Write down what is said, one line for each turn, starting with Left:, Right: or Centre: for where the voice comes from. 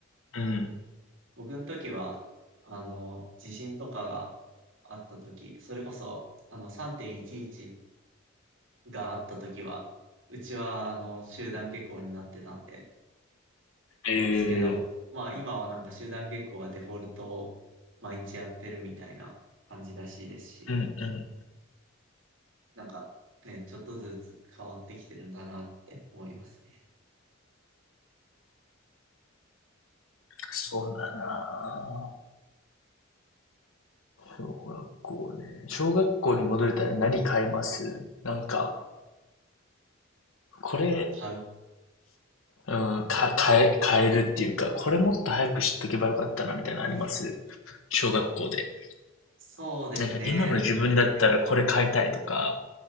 Left: うん。
Right: 僕の時は、あの、地震とかがあった時、それこそ、あの、3.11があった時は、うちはあの集団下校になってたんで
Left: ええ
Right: すけど、まあ今はなんか集団下校がデフォルトを毎日やってるみたいな感じらしいですし、
Left: うんうん。
Right: なんかね、ちょっとずつ変わってきてるんだなって思いますね。
Left: そうだなぁ小学校ね。小学校に戻れたら何変えますなんか、これ、
Right: 買う。
Left: うん、か、変え、変えるっていうか、これもっと早く知っとけばよかったな、みたいなのあります小学校で。
Right: そうですね。
Left: なんか今の自分だったらこれ変えたいとか。